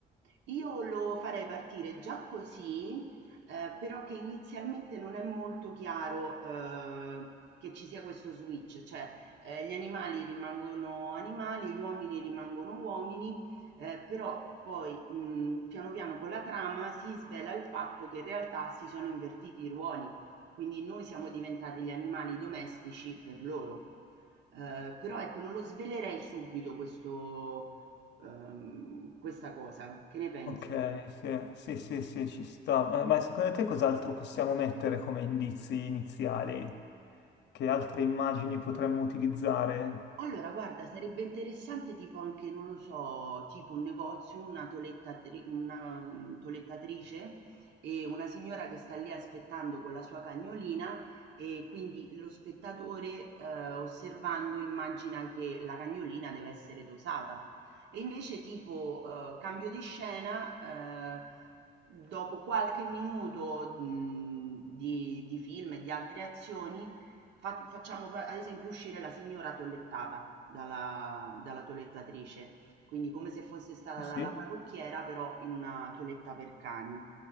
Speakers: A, on the right; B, on the left.
A: Io lo farei partire già così, ehm, però che inizialmente non è molto chiaro, ehm, che ci sia questo switch, cioè, ehm, gli animali rimangono animali, gli uomini rimangono uomini, ehm, però poi, mhmm, piano piano con la trama si svela il fatto che in realtà si sono invertiti i ruoli, quindi noi siamo diventati gli animali domestici per loro. Ehm, però ecco, non lo svelerei subito questo ehm, questa cosa. Che ne pensi?
B: Ok, sì, sì, sì, sì, ci sta. Eh, Ma secondo te cos'altro possiamo mettere come indizi iniziali? Che altre immagini potremmo utilizzare?
A: Allora, guarda, sarebbe interessante tipo anche, non lo so, tipo un negozio, una tolettatri- una, mm, tolettatrice e una signora che sta lì aspettando con la sua cagnolina e quindi lo spettatore eh, osservando immagina che la cagnolina deve essere tosata. E invece tipo eh, cambio di scena, eh, Dopo qualche minuto, mhmm, di di film e di altre azioni, fa facciamo p ad esempio uscire la signora tollettata dalla dalla toelettatrice, quindi come se fosse stata
B: Sì, sì.
A: dalla parrucchiera, però in una toeletta per cani.